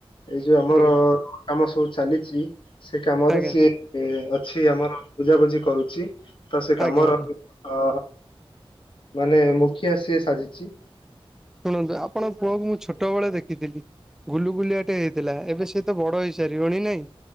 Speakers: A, on the left (about 60°); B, in the centre.
A: ଏଇ ଯୋଉ ଆମର
B: ଆଜ୍ଞା।
A: କାମ ସବୁ ଚାଲିଚି ସେ କାମରେ
B: ଆଜ୍ଞା
A: ସିଏ ଅଛି ଆମର ବୁଝାବୁଝି କରୁଚି। ତ ସେ କାମର
B: ଆଜ୍ଞା ଆଜ୍ଞା
A: ଅ ମାନେ ମୁଖିଆ ସିଏ ସାଜିଚି।
B: ଶୁଣନ୍ତୁ ଆପଣଙ୍କ ପୁଅକୁ ମୁଁ ଛୋଟ ବେଳେ ଦେଖିଥିଲି ଗୁଲୁଗୁଲିଆଟେ ହେଇଥିଲା। ଏବେ ସେ ତ ବଡ ହେଇସାରିବଣି ନାଇଁ।